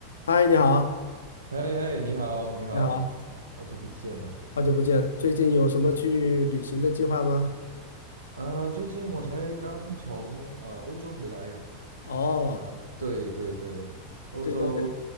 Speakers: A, on the left; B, on the right.
A: 嗨，你好，
B: 嘿嘿，你好，你好，
A: 你好，
B: 好好久不见啊！
A: 好久不见。最近有什么去旅行的计划吗？
B: 啊，最近我才刚从呃欧洲回来呀、
A: 哦，
B: 啊，对对对，欧洲
A: 对，那边，